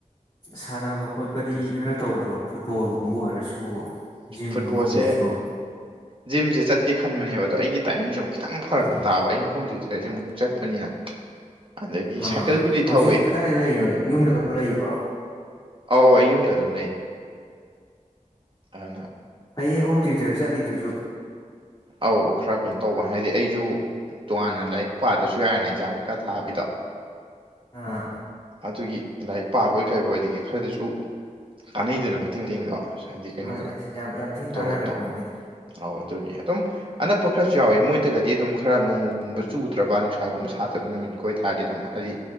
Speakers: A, on the left (about 30°); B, on the right (about 40°).
A: ꯁꯥꯟꯅꯕ ꯈꯣꯠꯄꯗꯤ
B: ꯑꯗꯨ- ꯑꯁ
A: ꯈꯔ ꯇꯧꯗ꯭ꯔꯣ ꯐꯨꯠꯕꯣꯜꯒꯨꯝꯕ ꯑꯣꯏꯔꯁꯨ ꯖꯤꯝꯒꯨꯝꯕ
B: ꯐꯨꯠꯕꯣꯜꯁꯦ
A: ꯑꯣꯏꯔꯁꯨ
B: ꯖꯤꯝꯁꯦ ꯆꯠꯀꯦ ꯈꯟꯕꯅꯦꯕ ꯑꯗꯣ ꯑꯩꯒꯤ ꯇꯥꯏꯃꯤꯡꯁꯦꯨꯛ ꯈꯤꯇꯪ ꯐꯔꯛ
A: ꯎꯝ
B: ꯇꯥꯕ ꯑꯩꯅ ꯑꯍꯨꯝꯗꯨꯗ ꯑꯩꯁꯦ ꯑꯃꯨꯛ ꯆꯠꯄꯅꯤꯅ ꯑꯗꯒꯤ
A: ꯑꯥ
B: ꯁꯥꯏꯀꯜꯕꯨꯗꯤ
A: ꯍꯧꯖꯤꯛ
B: ꯊꯧꯋꯦ
A: ꯀꯗꯥꯏꯗ ꯂꯩꯔꯤꯅꯣ ꯌꯨꯝꯗ ꯑꯗꯨꯝ ꯂꯩꯕ꯭ꯔꯣ
B: ꯑꯥꯎ ꯑ ꯑꯩ ꯌꯨꯝꯗ ꯑꯗꯨꯝ ꯂꯩ ꯑꯅ
A: ꯑꯩ ꯍꯣꯝ ꯇ꯭ꯌꯨꯇꯔ ꯆꯠꯂꯤꯗꯨꯁꯨ
B: ꯑꯧ ꯈꯔ ꯀꯩꯅꯣ ꯇꯧꯕ ꯍꯥꯏꯗꯤ ꯑꯩꯁꯨ ꯇꯣꯉꯥꯟꯅ ꯂꯥꯏꯔꯤꯛ ꯄꯥꯗꯁꯨ ꯌꯥꯔꯦꯅꯦ ꯑꯦꯛꯖꯥꯝ ꯀꯩꯀꯥ ꯊꯥꯕꯕꯤꯗꯣ
A: ꯑꯥ
B: ꯑꯗꯨꯒꯤ ꯂꯥꯏꯔꯤꯛ ꯄꯥꯕꯣꯏ ꯀꯩꯕꯣꯏ ꯑꯗꯒꯤ ꯈꯔꯗꯁꯨ ꯀꯥꯟꯅꯩꯗꯅ ꯃꯇꯦꯡ ꯃꯇꯦꯡꯗꯣ ꯍꯥꯏꯗꯤ ꯀꯩꯅꯣꯗꯣ
A: ꯃꯥꯅꯦ ꯑꯁ ꯌꯥꯝ ꯊꯤꯅ ꯀꯥꯟꯅꯈ꯭ꯔ
B: ꯇꯣꯂꯣꯞꯇꯣ
A: ꯄꯣꯠꯅꯤꯗ
B: ꯑꯧ ꯑꯗꯨꯒꯤ ꯑꯗꯨꯝ ꯑꯅꯛꯄ ꯈꯔꯁꯨ ꯌꯥꯎꯋꯦ ꯃꯣꯏꯗꯒꯗꯤ ꯑꯗꯨꯝ ꯈꯔ ꯅꯣꯡꯒꯨꯝꯕ ꯆꯨꯗ꯭ꯔꯕ ꯅꯨꯡꯁꯥꯒꯨꯝꯕ ꯁꯥꯗꯕ ꯅꯨꯃꯤꯠ ꯀ ꯑꯣꯏꯇꯥꯥꯔꯗꯤ ꯑꯗꯨꯝ ꯍꯥꯏꯗꯤ